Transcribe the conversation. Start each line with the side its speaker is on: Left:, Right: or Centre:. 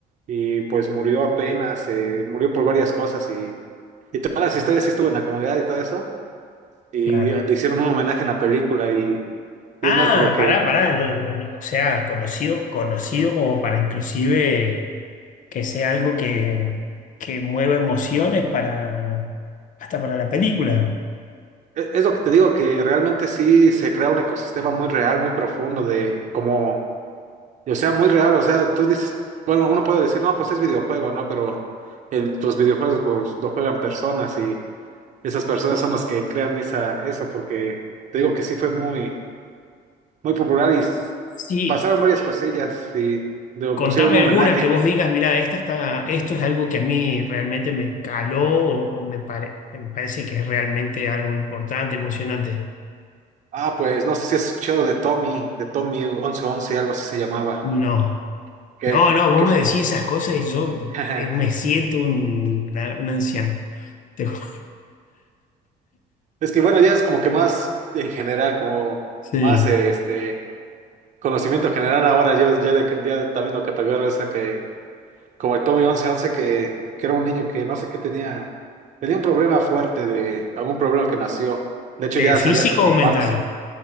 Right: y pues murió apenas, eh, murió por varias cosas y todas las historias sí estuvo en la comunidad y todo eso. Y
Left: claro.
Right: eh, le hicieron un homenaje en la película y, y
Left: Ah,
Right: es más por lo que...
Left: pará, pará, no, no, no, o sea, conocido, conocido como para inclusive que sea algo que, que mueva emociones para, hasta para la película.
Right: e- Es lo que te digo, que realmente sí se crea un ecosistema muy real, muy profundo de como... O sea, muy real, o sea, tú dices... Bueno, uno puede decir, no, pues es videojuego, ¿no? Pero el, los videojuegos pues lo juegan personas y esas personas son las que crean esa, eso porque te digo que sí fue muy, muy popular y s-
Left: Sí,
Right: pasaron varias cosillas y le
Left: contame
Right: pusieron un
Left: alguna
Right: homenaje.
Left: que vos digas, mira, esta está, esto es algo que a mí realmente me caló o, o me, pare- me parece que es realmente algo importante, emocionante.
Right: Ah, pues no sé si has escuchado de Tommy, de Tommy once once algo así se llamaba,
Left: No,
Right: que,
Left: no, no, vos
Right: que fue...
Left: me decís esas cosas y yo
Right: <laughs>
Left: eh, me siento un, una- un anciano. Te ju-
Right: Es que bueno, ya es como que más en general, como
Left: Sí.
Right: más eh, este conocimiento general ahora, yo ya, de, ya también lo categorizo eso que, como el Tommy once once que, que era un niño que no sé qué tenía, tenía un problema fuerte de algún problema que nació. De hecho,
Left: Eh,
Right: ya
Left: ¿físico
Right: salía hasta con
Left: o mental?
Right: Pax.